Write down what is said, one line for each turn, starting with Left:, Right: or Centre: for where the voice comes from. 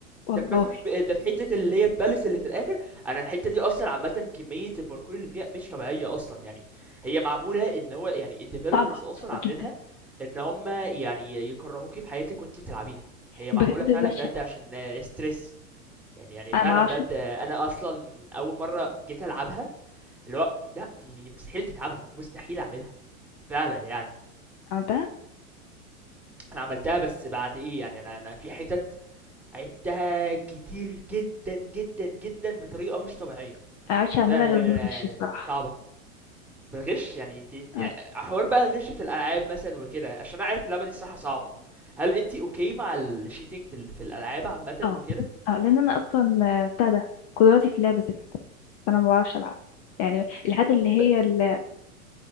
Left: والله
Centre: ده في باث اوف ده في حته اللي هي الباليس اللي في الاخر انا الحته دي اصلا عامه كميه الباركور اللي فيها مش طبيعيه اصلا يعني هي معموله ان هو يعني الديفلوبرز
Left: صعبة
Centre: اصلا
Left: صعبة
Centre: عاملينها
Left: جدا
Centre: ان هم يعني يكرهوكي في حياتك وانت بتلعبيها هي
Left: بجد
Centre: معموله فعلا
Left: بشع
Centre: بجد عشان ستريس يعني يعني
Left: أنا
Centre: فعلا
Left: معرفش
Centre: بجد انا اصلا اول مره جيت العبها اللي هو لا دي, دي مستحيل تتعمل مستحيل اعملها فعلًا يعني،
Left: عملتها
Centre: أنا عملتها بس بعد إيه، يعني أنا أنا في حِتَت عِدتها كتير جدًا، جدًا، جدًا بطريقة مش طبيعية،
Left: أنا معرفش أعملها
Centre: فعلًا
Left: غير
Centre: يعني
Left: بالغش
Centre: أنا
Left: الصراحة
Centre: صعبة، من الغِش يعني أنتِ أنتِ
Left: آه.
Centre: ع حوار بقى الغِش في الألعاب مثلًا وكده، عشان أنا عارف اللعبة دي الصراحة صعبة، هل أنتِ okay مع الcheating في ال في الألعاب عامةً
Left: اه
Centre: وكده؟
Left: اه لان انا اصلا آه، بتاع ده قدراتي في اللعب زفت فانا ما بعرفش العب يعني الحاجات اللي هي
Centre: ب <laughs>
Left: ال-